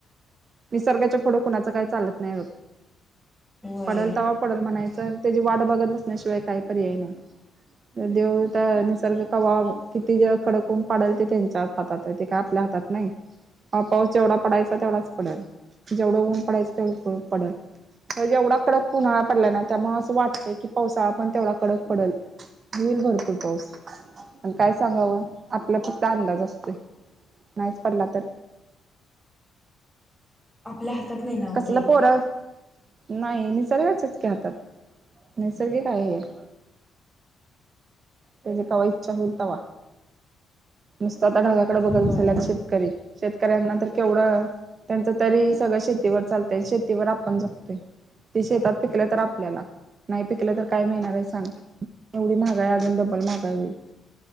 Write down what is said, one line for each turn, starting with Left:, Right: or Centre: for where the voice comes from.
Right: निसर्गाच्या फोटो कुणाचं काही चालत नाही हो
Centre: होय
Right: पडेल तवा पडेल म्हणायचं त्याची वाट बघत बसण्याशिवाय काही पर्याय नाही देव निसर्ग कवाब किती जे खडकून पाडेल ते त्यांच्या हातात आहे ते काय आपल्या हातात नाही हा पाऊस जेवढा पडायचा तेवढाच पडेल जेवढा ऊन पडायच तेवढ पडेल तर जेवढा कडक उन्हाळा पडलाय ना त्यामुळे असं वाटतंय की पावसाळा पण तेवढा कडक पडेल होईल भरपूर पाऊस प काय सांगावं आपला फक्त अंदाज असतो नाहीच पडला तर
Centre: आपल्या हातात नाही नवते
Right: कसलं पोरं नाही निसर्गाच्याच क हातात निसर्गिक आहे <inaudible> त्याची कावा इच्छा होलतावा नुसत आता ढगाकडे बघत
Centre: होय
Right: बसल्यात शेतकरी शेतकऱ्यांनांतर केवढं त्यांच तरी सगळं शेतीवर चालतंय शेतीवर आपण जपतोय ते शेतात पिकलं तर आपल्याला नाही पिकलं तर काय मिळणार आहे सांग एवढी महागा आहे अजून ावी